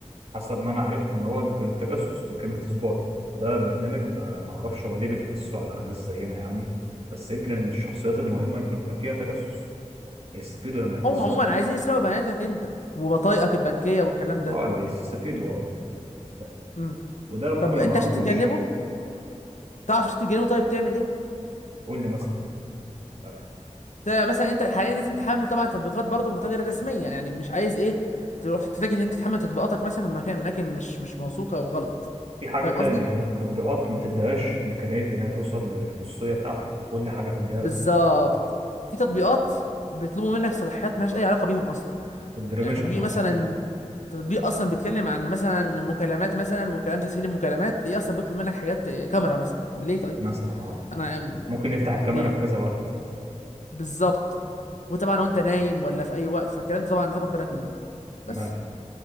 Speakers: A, on the right; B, on the left.
A: حسب ما انا عرفت ان هو بيكون التجسس من كلمه سباي ده برنامج ب- ما اعرفش هو ليه بيتجسسوا على ناس زينا يعني بس يمكن ان الشخصيات المهمه يكون فيها تجسس يستفيدوا لما يتجسسوا
B: هم عموما عايزين يسرقوا بياناتك انت وبطايقك البنكيه والكلام ده
A: اه اللي يستفيدوا اه فاهم.
B: امم
A: وده ممكن
B: طب
A: ما
B: انت
A: تعرفوش
B: عشان تتجنبه تعرف عشان تتجنبه طيب تعمل ايه
A: قول لي مثلا طيب.
B: ت- مثلا انت حاليا لازم تحمل طبعا تطبيقات برضه متاجر رسميه يعني مش عايز ايه تروح تتجه ان انت تحمل تطبيقاتك مثلا من مكان من اماكن مش مش موثوقه وغلط
A: في حاجه
B: فاهم
A: تاني
B: قصدي
A: ان التطبيقات ما تديهاش امكانيه انها توصل للخصوصيه بتاعتك وكل حاجه في الجهاز
B: بالظبط في تطبيقات بيطلبوا منك صلاحيات مالهاش اي علاقه بيهم اصلا
A: البريميشن
B: يعني تطبيق
A: اه
B: مثلا تطبيق اصلا بيتكلم عن مثلا مكالمات مثلا مكالمة تسهيل المكالمات ايه اصلا بيطلب منك حاجات كاميرا مثلا طب ليه طيب
A: مثلا اه
B: انا ام-
A: ممكن نفتح
B: ليه
A: الكاميرا في كذا وقت
B: بالظبط وطبعا وانت
A: ماشي
B: نايم ولا في اي وقت فالكلام ده طبعا تاخد بالك منه
A: تمام
B: بس